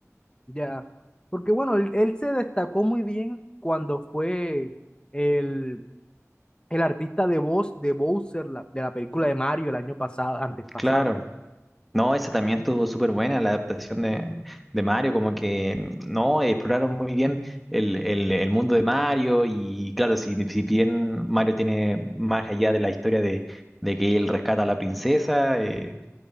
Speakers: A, on the left; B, in the centre.
A: Ya, porque bueno, él, él se destacó muy bien cuando fue el, el artista de voz de Bowser, la- de la película de Mario el año pasado, antes pasado.
B: claro. No, esa también estuvo súper buena, la adaptación de, de Mario, como que no, exploraron muy bien
A: Ujú.
B: el, el- el mundo de Mario y claro, si, si bien Mario tiene más allá de la historia de, de que él rescata a la princesa, eh,